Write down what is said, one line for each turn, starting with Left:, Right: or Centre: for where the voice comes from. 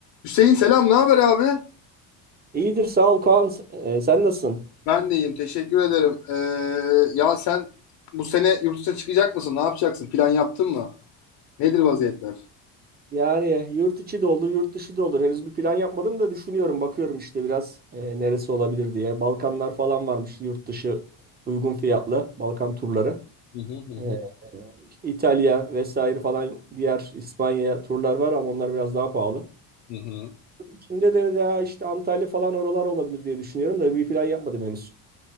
Left: Hüseyin selam, ne haber abi?
Right: İyidir sağ ol Kaan. Ee, sen nasılsın?
Left: Ben de iyiyim, teşekkür ederim. Ee, ya sen bu sene yurt dışına çıkacak mısın? Ne yapacaksın? Plan yaptın mı? Nedir vaziyetler?
Right: Yani yurt içi de olur, yurt dışı da olur. Henüz bir plan yapmadım da düşünüyorum, bakıyorum işte biraz e, neresi olabilir diye. Balkanlar falan varmış yurt dışı uygun fiyatlı Balkan turları.
Left: Hı hı hı
Right: Ee,
Left: hı.
Right: işte İtalya vesaire falan diğer İspanya turlar var ama onlar biraz daha pahalı.
Left: Hı hı.
Right: Yurt içinde de daha işte Antalya falan oralar olabilir diye düşünüyorum da bir plan yapmadım henüz.